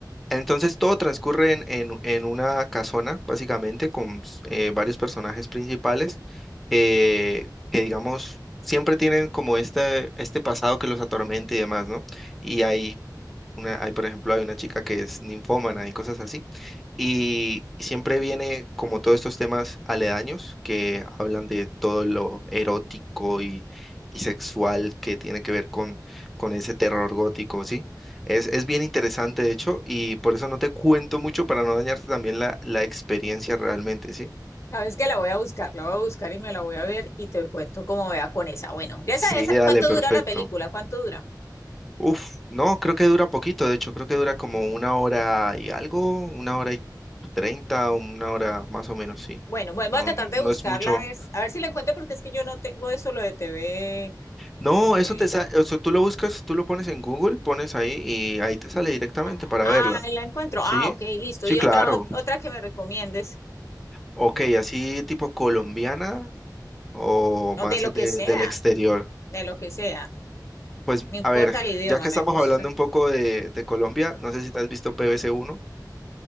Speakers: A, in the centre; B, on the left.
A: entonces todo transcurre en, en- en una casona, básicamente, con eh, varios personajes principales eh, que, digamos, siempre tienen como este, este pasado que los atormenta y demás, ¿no? Y
B: Sí,
A: hay una, hay, por ejemplo, hay una chica que es ninfómana y cosas así. Y siempre viene como todos estos temas aledaños que hablan de todo lo erótico y, y sexual que tiene que ver con, con ese terror gótico, ¿sí? Es,
B: sí.
A: es bien interesante, de hecho, y por eso no te cuento mucho para no dañarte también la, la experiencia realmente, ¿sí?
B: Sabes que la voy a buscar, la voy a buscar y me la voy a ver y te cuento cómo vea con esa. Bueno, ya
A: Sí,
B: esa, esa,
A: dale,
B: ¿cuánto
A: perfecto.
B: dura la película? ¿Cuánto dura?
A: Uf, no, creo que dura poquito, de hecho, creo que dura como una hora y algo, una hora y treinta, una hora más o menos, sí.
B: Bueno, voy voy
A: No,
B: a tratar de
A: no
B: buscarla
A: es mucho.
B: a ver, a ver si la encuentro porque es que yo no tengo eso, lo de TV,
A: No,
B: el TV.
A: eso te sale, o sea, tú lo buscas, tú lo pones en Google, pones ahí y ahí te sale directamente
B: Ah,
A: para
B: ah,
A: verla.
B: ahí la encuentro.
A: ¿Sí?
B: Ah, ok, listo.
A: Sí,
B: Y
A: claro.
B: otra, ot- otra que me recomiendes,
A: Ok, así tipo colombiana o
B: o
A: más
B: de lo que
A: de-
B: sea,
A: del exterior.
B: de lo que sea.
A: Pues
B: No importa
A: a ver,
B: el idioma,
A: ya que
B: me
A: estamos
B: gusta.
A: hablando
B: todo.
A: un poco de, de Colombia, no sé si te has visto PBC1.